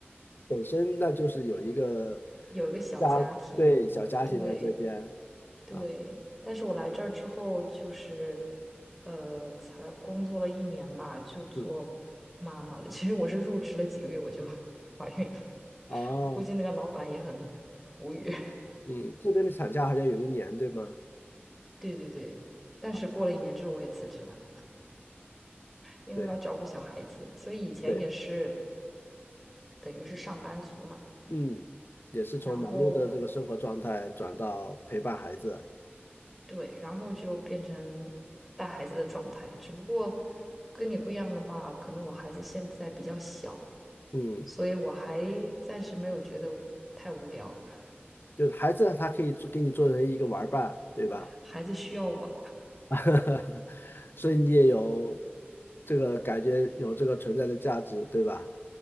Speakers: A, on the left; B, in the centre.
A: 本身那就是有一个
B: 有一个小家庭，
A: 家，对，小家庭在这边
B: 对。对，
A: 啊，
B: 但是我来这儿之后，就是，呃，才工作了一年吧，就做
A: 嗯，
B: 妈妈了。<laughs> 其实我是入职了几个月我就 <laughs> 怀孕了，
A: 哦，
B: 我估计那个老板也很无语。
A: 嗯，这边的产假好像有一年，对吗？
B: <laughs> 对对对，但是过了一年之后我也辞职了，
A: 啊，
B: 因为要照顾小孩子，
A: 对
B: 所以以前也是
A: 对，
B: 等于是上班族嘛。
A: 嗯，也是从忙碌的这个生活状态转到陪伴孩子，
B: 然后对，然后就变成带孩子的状态，只不过跟你不一样的话，可能我孩子现在比较小。
A: 嗯，
B: 所以我还暂时没有觉得太无聊，
A: 就是孩子他可以做给你作为一个玩儿伴，对吧？
B: 孩子需要我。
A: <laughs> 所以你也有这个感觉，有这个存在的价值，对吧？